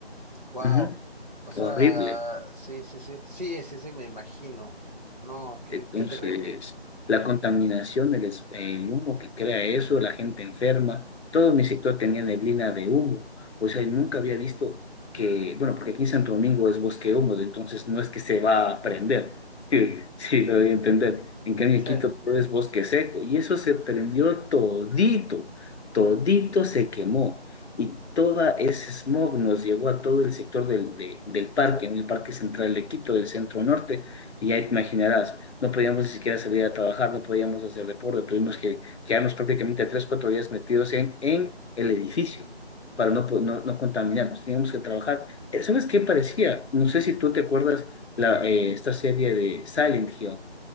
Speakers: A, on the right; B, on the left.
A: Wow.
B: Ujú.
A: O sea,
B: Horrible.
A: sí, sí, sí. Sí, sí, sí, me imagino. No, qué,
B: Entonces,
A: qué terrible.
B: la contaminación, el, es- el humo que crea eso, la gente enferma, todo mi sector tenía neblina de humo. O sea, nunca había visto que, bueno, porque aquí en Santo Domingo es bosque húmedo, entonces no es que se va a prender. <laughs> Sí, sí, lo voy a entender. En cambio,
A: Sí,
B: en Quito todo es bosque seco y eso se prendió todito, todito se quemó. Y toda ese smog nos llegó a todo el sector del, de- del parque, en el Parque Central de Quito, del centro norte y ya te imaginarás, no podíamos ni siquiera salir a trabajar, no podíamos hacer deporte, tuvimos que quedarnos prácticamente tres, cuatro días metidos en, en el edificio para no, po- no, no contaminarnos, teníamos que trabajar. Eh, ¿Sabes qué parecía? No sé si tú te acuerdas la, eh, esta serie de Silent Hill,